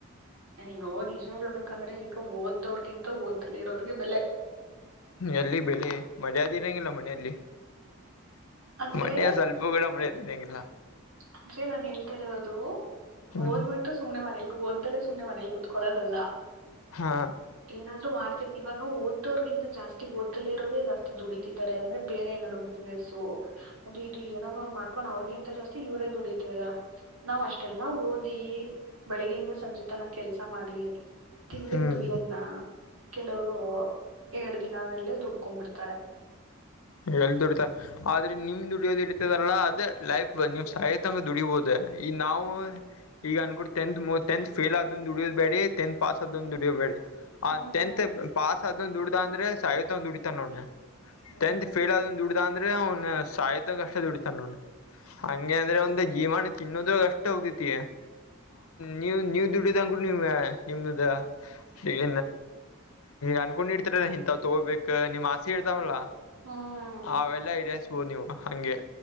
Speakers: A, on the right; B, on the left.
A: ಆಯೋ ನಿಜ ಹೇಳ್ಬೇಕಂದ್ರೆ ಈಗ ಓದ್ದವ್ರಗಿಂತ ಓದ್ದಲ್ಲಿ ಇರೋರಿಗೆ ಬೆಲೆ.
B: ಎಲ್ಲಿ ಬೆಲೆ ಮರ್ಯಾದಿಇಲ್ಲಗಿಲ್ಲ ಮನೆಯಲ್ಲಿ.
A: ಅಂದ್ರೆ
B: ಮನೆಯ ಸ್ವಲ್ಪ ಕೂಡ ಮರ್ಯಾದಿನಂಗಿಲ್ಲ.
A: ಅಂದ್ರೆ ನಾನು ಹೇಳ್ತಾ ಇರೋದು
B: ಹ್ಮ್
A: ಓದ್ಬಿಟ್ಟು ಸುಮ್ಮನೆಮನೆಲ್ ಓದ್ದಲೆ ಸುಮನ್ನೇ ಮನೆಲ್ ಕುತ್ಕೊಳ್ಳದಲ್ಲ.
B: ಹಾ
A: ಏನಾದ್ರು ಮಾಡ ಇವಾಗ ಓದೋರ್ಗಿಂತ ಜಾಸ್ತಿ ಓದ್ದದೇ ಇರೋದೇ ಜಸ್ತಿ ದುಡಿತಿದಿದ್ದಾರೆ ಅಂದ್ರೆ ಬೇರೆ ಏನಾದ್ರು ಬ್ಯುಸಿನೆಸ್ಸು ಅದು ಇದು ಏನಾದ್ರು ಒಂದ್ ಮಾಡ್ಕೊಂಡ್ ಅವ್ರಿಗಿಂತ ಜಾಸ್ತಿ ಇವರೇ ದುಡಿತರೆ ನಾವ್ ಅಷ್ಟೆಲ್ಲಾ ಓದಿ ಬೆಳಿಗ್ ಹಿಂಗ್ ಸಂಜತನ ಕೆಲ್ಸ ಮಾಡಿ ತಿಂಗ್ಳಗ್
B: ಹ್ಮ್
A: ದುಡಿಯೋದ್ನ ಕೆಲವರು ಎರಡ್ ದಿನದಲ್ಲೇ ದುಡ್ಕೊ್ ಬಿಡ್ತಾರೆ.
B: ಎಲ್ ದುಡಿತ ಆದ್ರೆ ನಿಮ್ ದುಡಿಯೋದು ಇರ್ತದಲ್ಲ ಅದೇ ಲೈಫ್ ನೀವು್ ಸಾಯತಂಕ ದುಡಿಬೋದು. ಈ ನಾವು ಈಗ ಅನ್ಕೊಂಡು ಟೆಂತ್ ಟೆಂತ್ ಫೇಲ್ ಆದ ದುಡಿಯೋ ಬೇಡಿ ಟೆಂತ್ ಪಾಸ್ ಆದಂದು ದುಡಿಯೋಬೇಡಿ. ಆ
A: ಹ್ಮ್
B: ಟೆಂತ್ ಪಾಸ್ ಆದ್ ದುಡ್ದ ಅಂದ್ರೆ ಸಾಯತಂಕ ದುಡಿತಾ ನೋಡನ್.
A: ಹ್ಮ್
B: ಟೆಂತ್ ಫೇಲ್ ಆದ ದುಡ್ದ ಅಂದ್ರೆ ಅವನ ಸಾಯತಂಕ ಕಷ್ಟ ದುಡತಾನ ನೋ ಹಂಗೆ ಅಂದ್ರೆ ಒಂದ ಜೀವನ ತಿನ್ನೋದ್ರಗ್ ಅಷ್ಟ ಹೋಗ್ತೇತಿ ನೀವ್ ನೀವ್ ದುಡದಂಗ್ ನೀವ ನಿಮ್ದ ಈಗ ಅನ್ಕೊಂಡ್ಡ್ತರ ಇಂತ ತಗೋಬೇಕ ನಿಮ್ಮ ಆಸೇ ಇತಾವಲ್ಲ
A: ಹ್ಮ್
B: ಅವೆಲ್ಲಾ ಈಡೇರ ನೀವು ಹಗೆ